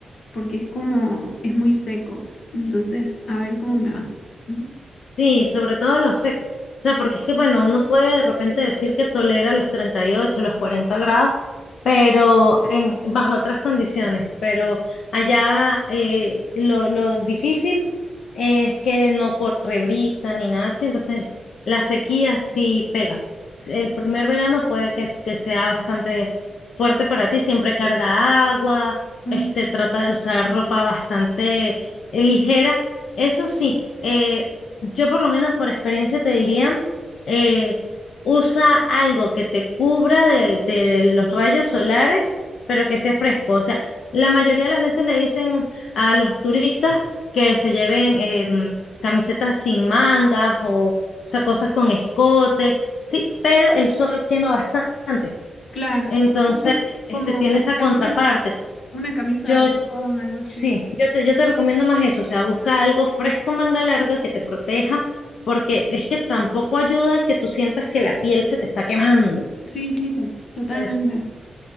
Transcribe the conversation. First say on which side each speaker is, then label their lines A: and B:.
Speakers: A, on the left; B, on the left.
A: porque es como, es muy seco. Entonces, a ver cómo me va. Ujú.
B: Sí, sobre todo lo seco. O sea, porque es que, bueno, uno puede de repente decir que tolera los 38 los 40 grados, pero en, bajo otras condiciones. Pero allá eh, lo, lo difícil es que no corre brisa ni nada así, entonces la sequía sí pega. S- El primer verano puede que, que sea bastante fuerte para ti, siempre carga agua,
A: Ujú.
B: este, trata de usar ropa bastante eh, ligera. Eso sí, eh, yo por lo menos por experiencia te diría eh, usa algo que te cubra de, de los rayos solares, pero que sea fresco. O sea, la mayoría de las veces le dicen a los turistas que se lleven eh, mm, camisetas sin mangas o, o sea, cosas con escote, sí, pero el sol quema bastante.
A: Claro,
B: Entonces, este
A: como
B: tiene esa
A: alguna
B: contraparte.
A: una camisa
B: Yo
A: de algodón, algo así.
B: sí, yo te, yo te recomiendo más eso, o sea, busca algo fresco, manga larga que te proteja porque es que tampoco ayuda que tú sientas que la piel se te está quemando.
A: Sí, sí, to- totalmente.
B: Entonces,